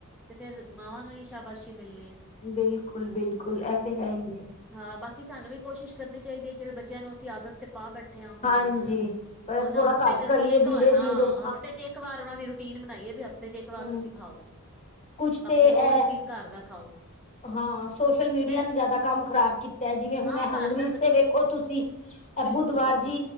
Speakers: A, in the centre; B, on the left.
A: ਤੇ ਫੇਰ ਮਾਵਾਂ ਨੂੰ ਹੀ ਸ਼ਾਬਾਸ਼ੀ ਮਿਲਣੀ ਹੈ
B: ਬਿਲਕੁਲ ਬਿਲਕੁਲ ਇਹ ਤਾਂ ਹੈ ਹੀ
A: ਹਾਂ ਬਾਕੀ ਸਾਨੂੰ ਵੀ ਕੋਸ਼ਿਸ਼ ਕਰਨੀ ਚਾਹੀਦੀ ਹੈ ਚਲੋ ਬੱਚਿਆਂ ਨੂੰ ਅਸੀਂ ਆਦਤ ਤੇ ਪਾ ਬੈਠੇ ਬੈਠਿਆ ਹੁਣ
B: ਹਾਂਜੀ। ਪਰ
A: ਹੁਣ
B: ਥੋੜਾ
A: ਹਫ਼ਤੇ
B: ਘੱਟ
A: ਚ
B: ਕਰੀਏ
A: ਅਸੀਂ ਇੱਕ
B: ਧੀਰੇ
A: ਵਾਰ ਹਾਂ
B: ਧੀਰੇ
A: ਘਰ ਉਹਨਾਂ ਦੀ ਰੂਟੀਨ ਬਣਾਈਏ ਵੀ ਹਫ਼ਤੇ ਚ ਇਕ ਵਾਰ
B: ਹੂੰ
A: ਤੁਸੀਂ ਖਾਓ
B: ਕੁਛ
A: ਬਾਕੀ
B: ਤੇ ਇਹ
A: ਰੋਜ਼ ਦਿਨ ਘਰ ਦਾ ਖਾਓ
B: ਹਾਂ, ਸੋਸ਼ਲ ਮੀਡੀਆ
A: ਫੇਰ
B: ਨੇ ਜ਼ਿਆਦਾ ਕੰਮ ਖ਼ਰਾਬ ਕੀਤਾ। ਜਿਵੇਂ ਹੁਣ
A: ਹਾਂ
B: ਹੰਗਰੀਜ਼
A: ਘਰ ਦਾ
B: ਤੇ ਵੇਖੋ ਤੁਸੀਂ
A: ਬਿਲਕੁਲ
B: ਬੁੱਧਵਾਰ
A: ਬਿਲਕੁਲ
B: ਜੀ